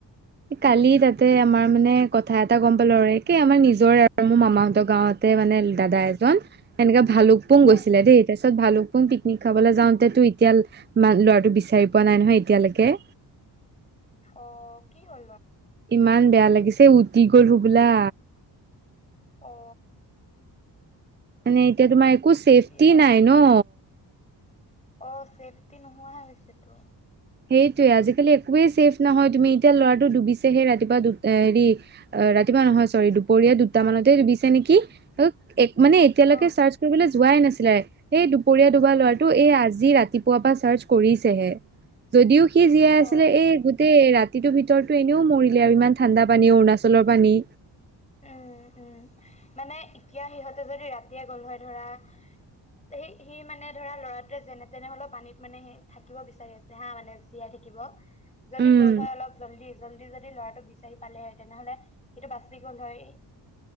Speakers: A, on the right; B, on the left.
A: কালি তাতে আমাৰ মানে কথা এটা গম পালোঁ। আৰু একেই আমাৰ নিজৰে আৰু মোৰ মামাহঁতৰ গাঁৱতে মানে দাদা এজন সেনেকা ভালুকপুং গৈছিলে
B: অ',
A: দেই তাৰপিছত ভালুকপুং পিকনিক খাবলৈ
B: উম,
A: যাওঁতেো এতিয়া মান ল'ৰাটো বিচাৰি পোৱা নাই ন নহয় এতিয়ালৈকে
B: অ কি হয়
A: ইমান বেয়া লাগিছে উটি গল সো বোলা
B: অ
A: মানে এতিয়া তোমাৰ একো চছেফটি
B: এতিয়া
A: নাই ন
B: অ', চেফটি নোহোৱাে হৈছেতো।
A: সেইটোৱে। আজিকালি একোৱে ছেফ নহয়। তুমি, এতিয়া ল'ৰাটো ডুবিছেহে ৰাতিপুৱা দু হেৰি ৰাতিপুৱা নহয়, চৰি। দুপৰীয়া দুটা মানতেই ডুবিছে নেকি ত এক মানে এতিয়ালৈকে
B: অ
A: চাৰ্চ কৰিবলৈ যোৱাই নাছিলে। সেই দুপৰীয়া ডুবা ল'ৰাটো এই আজি ৰাতিপুৱা পৰা চাৰ্চ কৰিছেহে। যদিও সি জীয়াই আছিলে
B: অ
A: এই গোটেই ৰাতিটোৰ ভিতৰত টো এনেও মৰিলে আৰু। ইমান ঠাণ্ডা পানী, অৰুণাচলৰ পানী।
B: উম উম, মানে এতিয়া সিহঁতে যদি ৰাতিয়ে গ'ল হয় ধৰা। সেই সি মানে ধৰা ল'ৰাটোৱে যেনে-তেনে হ'লেও পানীত মানে সি থাকিব বিচাৰি আছে হা। মানে জীয়াই থাকিব। যদি
A: উম
B: গ'ল হয় অলপ জল্দি জল্দি যদি ল'ৰাটোক বিচাৰি পালেহেঁতেন তেনেহ'লে সিটো বাচি গ'ল হয়।